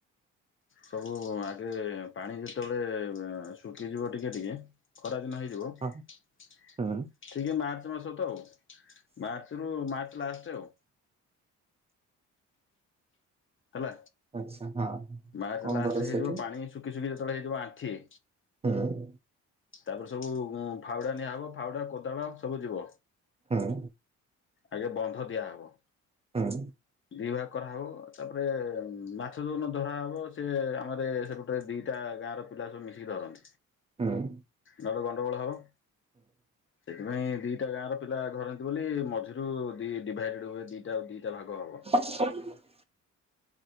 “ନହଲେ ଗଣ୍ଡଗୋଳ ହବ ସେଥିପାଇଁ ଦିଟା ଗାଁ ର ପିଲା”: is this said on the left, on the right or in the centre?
Left